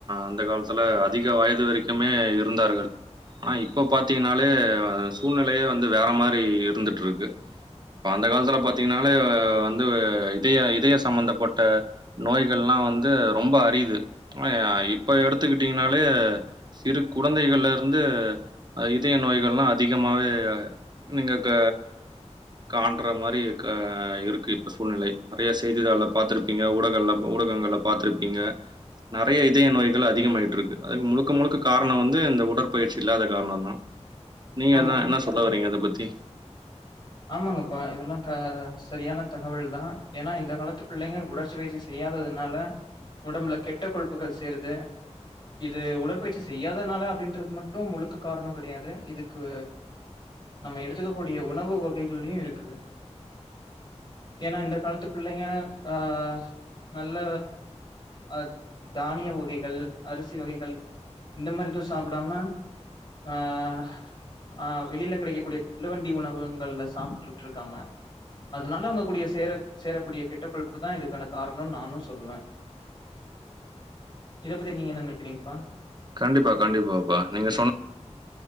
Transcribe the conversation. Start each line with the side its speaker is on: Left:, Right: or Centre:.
Right: அந்த காலத்துல அதிக வயது வரைக்குமே இருந்தார்கள் ஆனா இப்ப பாத்தீங்கன்னாலே சூழ்நிலையே வந்து வேற மாரி இருந்துட்டு இருக்கு இப்ப அந்த காலத்துல பாத்தீங்கன்னாலே வந்து இதய இதய சம்பந்தப்பட்ட நோய்கள்லாம் வந்து ரொம்ப அரிது ஆ இ இப்ப எடுத்துக்கிட்டீங்கனாலே சிறு குழந்தைகள்ல இருந்து இதய நோய்கள்லாம் அதிகமாவே நீங்க க காண்ற மாரி இருக்கு சூழ்நிலை நெறைய செய்திதாள்கள பாத்திருப்பீங்க ஊடக ஊடகங்கள பாத்திருப்பீங்க நெறைய இதய நோய்கள் அதிகமா யிட்ருக்கு அதுக்கு முழுக்க முழுக்க காரண வந்து இந்த உடற்பயிற்சி இல்லாத காரணந்தா நீங்கதா
Left: ஆமாங்க
Right: என்ன சொல்ல வரீங்க இத பத்தி தி
Left: ஆமாங்கப்பா இதெல்லா க சரியான தகவல் தா ஏன்னா இந்த காலத்து பிள்ளைங்க உடறி பயிற்சி செய்யாததுனால உடம்புல கெட்ட கொழுப்புகள் சேருது இது உடற்பயிற்சி செய்யாதனால அப்படின்றது மட்டும் முழுக்க காரண கிடையாது இதுக்கு நம்ம எடுத்துக்கக்க கூடிய உணவு கள்ளயு இருக்குது ஏன்னா இந்த காலத்து பிள்ளைங்க ஆஹ் நல்ல அஹ தானிய வகைகள் அரிசி வகைகள் இந்த மாதிரி எதும் சாப்பிடாம ஆஹ் ஆஹ் வெளில கிடைக்கக்கூடிய தள்ளுவண்டி உணவுகங்கள்ல சாப்பிட்டுட்டு இருக்காங்க அதனால அவங்க கூடிய சேர சேரக்கூடிய கெட்ட கொழுப்பு தா இதுக்கான காரணம்னு நானும் சொல்லுவே இத பத்தி நீங்க என்ன நினைக்கிறீங்கப்பா
Right: கண்டிப்பா, கண்டிப்பாப்பா. நீங்க